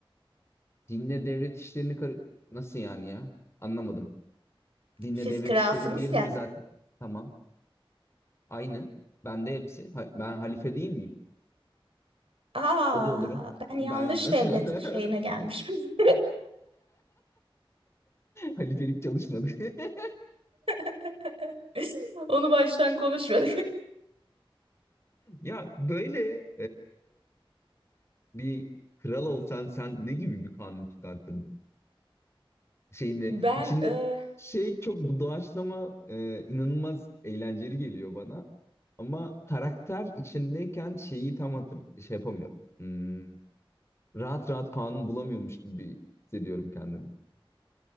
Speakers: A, on the left; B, on the right.
A: Dinle devlet işlerini karı- nasıl yani ya? Anlamadım. Dinle
B: Siz
A: devlet
B: kralsınız
A: işleri birdir
B: ya.
A: zaten. Tamam. Aynı. Ben de hepsi. Ha- ben halife değil miyim?
B: Aa,
A: O da olurum.
B: ben yanlış
A: Ben <laughs>
B: devlet şeyine gelmişim.
A: halifelik çalışmadı. <laughs>
B: <laughs> Onu baştan konuşmadık.
A: Ya böyle bir kral olsan sen ne gibi bir kanun çıkartırdın? Şeyinde
B: Ben
A: içinde
B: e,
A: şey çok bu doğaçlama e, inanılmaz eğlenceli geliyor bana. Ama karakter içindeyken şeyi tam hatır şey yapamıyorum. Hmm, rahat rahat kanun bulamıyormuş gibi hissediyorum kendimi.